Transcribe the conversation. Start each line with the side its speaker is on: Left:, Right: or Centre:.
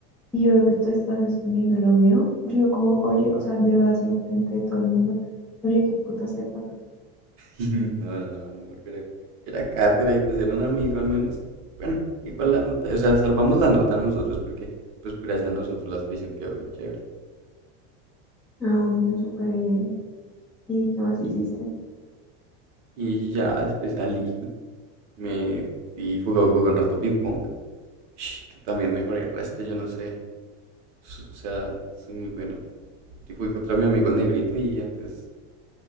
Centre: y yo veo que tú estás exponiendo lo mío, yo digo como, oye, o sea, de verdad, así enfrente de todo el mundo, oye, ¿qué putas te pasa?
Right: <laughs> No, no, no, amor, pero era cátedra y pues era un amigo al menos. Bueno, igual la nota, o sea, salvamos la nota nosotros porque pues gracias a nosotros la expedición quedó chévere.
Centre: Ah, bueno, súper bien. ¿Y qué más
Right: Y,
Centre: hiciste?
Right: y ya después salí, me fui, jugué, jugué un rato ping pong, <sniffs> que también mejoré el resto, yo no sé, s- o sea, soy muy bueno. Yo jugué contra mi amigo el negrito y antes,